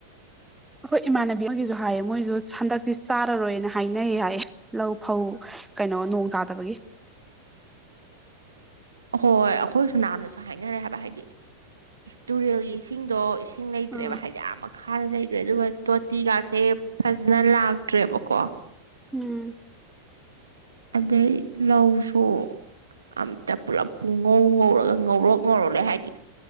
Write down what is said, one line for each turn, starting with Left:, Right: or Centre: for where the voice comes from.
Centre: ꯑꯩꯈꯣꯏ ꯏꯃꯥꯟꯅꯕꯤ ꯑꯃꯒꯤꯁꯨ ꯍꯥꯏꯌꯦ ꯃꯣꯏꯁꯨ ꯍꯟꯗꯛꯇꯤ ꯆꯥꯔꯔꯣꯏꯅ ꯍꯥꯏꯅꯩ ꯍꯥꯏꯌꯦ ꯂꯧ ꯐꯧ ꯀꯩꯅꯣ ꯅꯣꯡ ꯇꯥꯗꯕꯒꯤ
Right: <unintelligible> ꯍꯣꯏ ꯑꯩꯈꯣꯏ ꯁꯣꯝ ꯅꯥꯀꯟꯗꯁꯨ ꯍꯥꯏꯅꯔꯦ ꯍꯥꯏꯕ ꯍꯥꯏꯗꯤ ꯇꯨꯔꯦꯜꯒꯤ ꯏꯁꯤꯡꯗꯣ ꯏꯁꯤꯡ ꯂꯩꯇ꯭ꯔꯦꯕ
Centre: ꯑꯥ
Right: ꯍꯥꯏꯗꯤ ꯑ ꯃꯈꯥꯗ ꯑꯗꯨꯒ ꯇꯣꯇꯤꯒꯥꯁꯦ ꯐꯖꯅ ꯂꯥꯛꯇ꯭ꯔꯦꯕꯀꯣ
Centre: ꯎꯝ
Right: ꯑꯗꯩ ꯂꯧꯁꯨ ꯑꯝꯇ ꯄꯨꯂꯞ ꯄꯨꯡ ꯉꯧ ꯉꯧꯔꯒ ꯉꯧꯔꯣꯛ ꯉꯧꯔ ꯂꯩ ꯍꯥꯏꯗꯤ